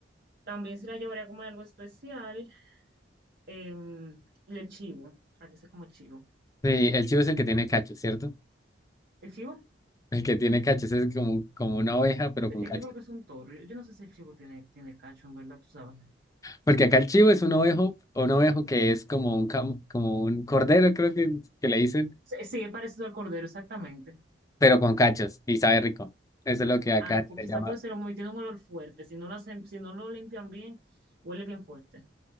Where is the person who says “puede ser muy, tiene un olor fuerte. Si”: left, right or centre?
Right